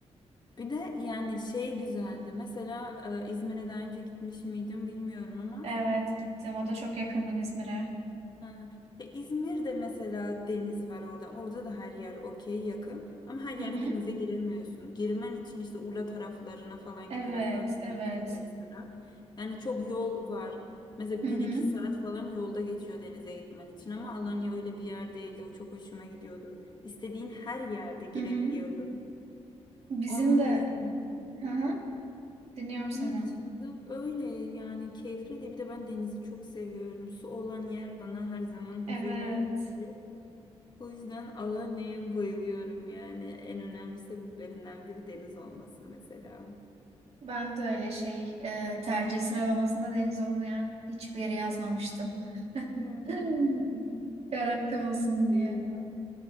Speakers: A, on the left; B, on the right.
A: Bir de yani şey güzeldi. Mesela e, İzmir'e daha önce gitmiş miydim bilmiyorum ama
B: evet gittim. O da çok yakındım İzmir'e.
A: Ha. Ya İzmir'de mesela deniz var orada. Orada da her yer okey yakın. Ama her
B: Hı
A: yerde
B: hı.
A: denize giremiyorsun. Girmen için işte Urla taraflarına falan
B: Evet,
A: gitmen lazım.
B: evet.
A: Yani Seferihisar'a. Yani çok yol var. Mesela
B: Hı
A: bir
B: hı,
A: iki saat falan yolda geçiyor denize gitmen için. Ama Alanya öyle bir yer değildi. O çok hoşuma gidiyordu. İstediğin her yerde girebiliyordun.
B: hı hı. Bizim
A: Onun
B: de,
A: dışında,
B: hı hı. Dinliyorum seni
A: onun
B: ben.
A: dışında öyle yani keyifliydi. Bir de ben denizi çok seviyorum. Su olan yer bana her zaman
B: Evet.
A: huzur vermişti. O yüzden Alanya'ya bayılıyorum yani. En önemli sebeplerinden biri deniz olması mesela.
B: Ben de öyle şey e, tercih sıralamasında deniz olmayan hiçbir yere yazmamıştım.
A: Hmm.
B: <laughs>
A: <laughs>
B: Garanti olsun
A: Güzel
B: diye.
A: ya.